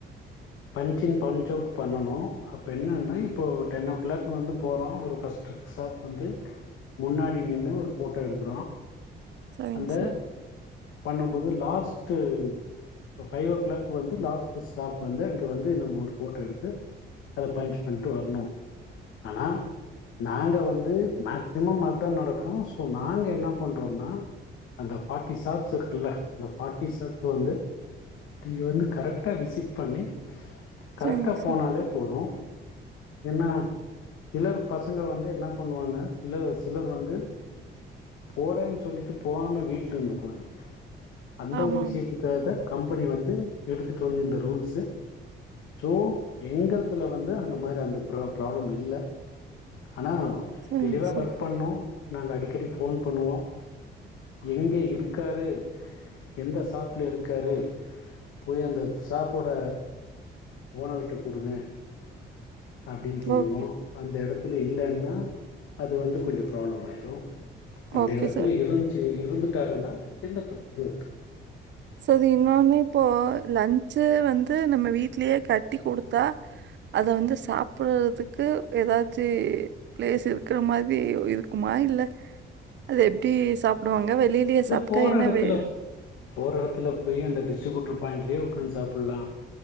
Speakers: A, on the left; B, on the right.
A: பன்ச்சின் பன்ச்அவுட் பண்ணணு அப்போ என்னன்னா இப்போ டென் ஓ க்ளாக் வந்து போறோ ஒரு ஃபர்ஸ்ட் ஷாப் வந்து முன்னாடி நின்னு ஒரு ஃபோட்டோ எடுக்குறோ
B: சரிங்க
A: அந்த
B: சார்.
A: பணம் புது லாஸ் டு‌ ப ஃபை ஓ க்ளாக் வந்து லாஸ்ட்டு ஸ்டாஃப் வந்து அங்க வந்து நம்ம ஒரு ஃபோட்டோ எடுத்து அத பன்ச் பண்ணிட்டு வர்ணு ஆனா நாங்க வந்து மேக்சிமம் அதா நடக்கு சோ நாங்க என்ன பண்றோன்னா அந்த ஃபாட்டி சாக்ஸ் இருக்குல்ல ஃபார்ட்டிசார்ஸ் வந்து நீ வந்து கரெக்டா விசிட் பண்ணி கரெக்டா
B: சரிங்க சார்.
A: போனாலே போது என்னா சிலர் பசங்க வந்து என்ன பண்ணுவாங்க சிலர் சிலர் வந்து போறேன் சொல்லிட்டு போகாம வீட்ல இருந்துக்குவாங்க அந்த
B: ஆமா,
A: ஒரு விஷயத்துக்காக
B: ஆமா.
A: கம்பெனி வந்து எடுத்துட்டு வந்து இந்த ரூல்ஸு ஸோ எங்கள்துல வந்து அந்த மாரி அந்த பிரா பிராப்ளம் இல்லை ஆனா
B: சரிங்க
A: தெளிவா
B: சார்.
A: ஒர்க் பண்ணா நாங்க அடிக்கடி ஃபோன் பண்ணுவோம் எங்க இருக்காரு எந்த ஷாப்ல இருக்காரு போய் அந்த ஷாப்போட ஓனர்கிட்ட குடுங்க அப்படின்னு சொல்லுவோம்
B: ஓகே,
A: அந்த எடத்து ல இல்லனா அது வந்து கொஞ்சம் பிராப்பளம் ஆயிரும் அந்த
B: ஓகே
A: எடத்துல
B: சார்.
A: இருந்சி இருந்துட்டாருன்னா எந்த பிரச்சனையும் இல்ல
B: சரி இன்னொன்னு இப்போ லன்ச்சு வந்து நம்ம வீட்டுலயே கட்டி கொடுத்தா அத வந்து சாப்பிடுறதுக்கு ஏதாச்சி பிளேஸ் இருக்குற மாதிரி இருக்குமா இல்ல அத எப்டி சாப்பிடுவாங்க வெளியிலயே
A: இது
B: சாப்பிட்டா
A: போற
B: என்ன
A: இடத்துல
B: வே
A: போற இடத்துல போயி அந்த டிஸ்ட்ரிபுட்டர் பாயிண்ட்லேயே உகாந்து சாப்பிலாம்